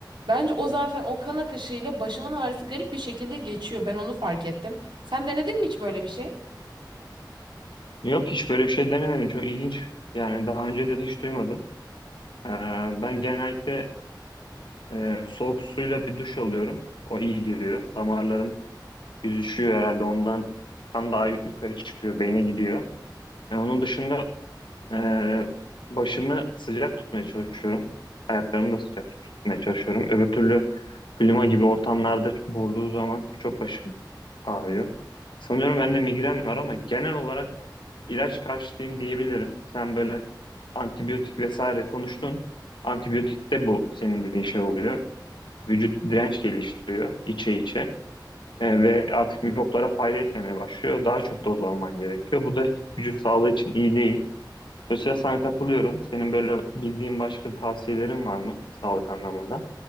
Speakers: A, on the right; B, on the left.
A: Bence o zaten o kan akışıyla başımın ağrısı garip bir şekilde geçiyor. Ben onu fark ettim. Sen denedin mi hiç böyle bir şey?
B: Yok hiç böyle bir şey denemedim. Çok ilginç. Yani daha önce de hiç duymadım. Ee, ben genellikle e, soğuk suyla bir duş alıyorum. O iyi geliyor. Damarlarım yüzüşüyor herhalde ondan kan daha yu- yukarı çıkıyor, beyne gidiyor. Yani onun dışında Ee, başımı sıcak tutmaya çalışıyorum. Ayaklarımı da sıcak tutmaya çalışıyorum. Öbür türlü klima gibi ortamlarda vurduğu zaman çok başım ağrıyor. Sanıyorum bende migren var ama genel olarak ilaç karşıtıyım diyebilirim. Sen böyle antibiyotik vesaire konuştun. antibiyotik de bu senin dediğin şey oluyor. Vücut direnç geliştiriyor içe içe. Ee, ve artık mikroplara fayda etmemeye başlıyor. Daha çok doz alman gerekiyor. Bu da hiç vücut sağlığı için iyi değil. Mesela sana katılıyorum. Senin böyle bildiğin başka tavsiyelerin var mı sağlık anlamında?